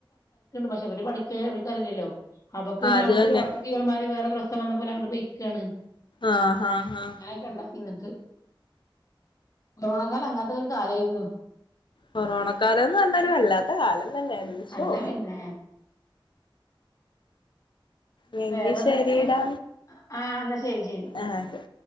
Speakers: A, on the left (about 35°); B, on the left (about 60°).
A: പക്ഷെ അവര് പഠിക്ക ഇവർക്കറിയില്ലോ അവക്ക് പിന്നെ
B: അത്
A: അവിടുത്തെ
B: തന്നെ
A: ഒരു ഹോട്ട സിസ്റ്റർമാര് വേറെ പ്രസവം വന്നപ്പോൾ ഓൽ അങ്ങട്ട് പൊയ്ക്കാണ്
B: ആഹ് ആഹ് ആഹ്
A: ണ്ട എന്നിട്ട് കൊറോണ കാലം അങ്ങനത്തെ ഒരു കാലായിരുന്നു.
B: കൊറോണക്കാലം എന്ന് പറഞ്ഞ ഒരു വല്ലാതൊരു കാലം തന്നായിരുന്നു ശോ
A: അല്ല പിന്നെ
B: ഉ എങ്കി
A: വേറെന്തൊക്കെ
B: ശരിടാ
A: ആഹ് എന്നാ ശരി ശരി
B: ആഹ്